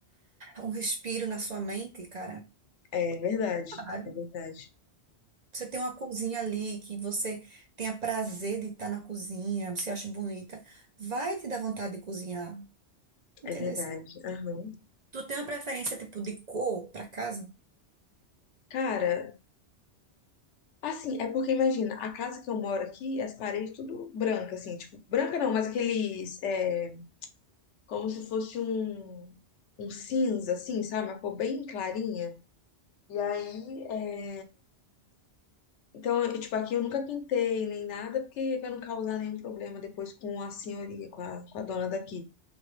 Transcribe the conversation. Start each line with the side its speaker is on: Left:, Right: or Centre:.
Right: um respiro na sua mente, cara?
Left: É verdade,
Right: Claro.
Left: é verdade,
Right: Você tem uma cozinha ali que você tenha prazer de estar na cozinha, você acha bonita, vai te dar vontade de cozinhar, entendeu?
Left: é verdade.
Right: assim?
Left: Aham.
Right: Tu tem uma preferência tipo de cor para casa?
Left: Cara. Assim, é porque imagina, a casa que eu moro aqui, as paredes tudo branca, assim, tipo, branca não, mas aqueles, é, como se fosse um, um cinza, assim, sabe? Uma cor bem clarinha. E aí, é, então, e, tipo, aqui eu nunca pintei nem nada, porque pra não causar nenhum problema depois com a senhoria, com a, com a dona daqui.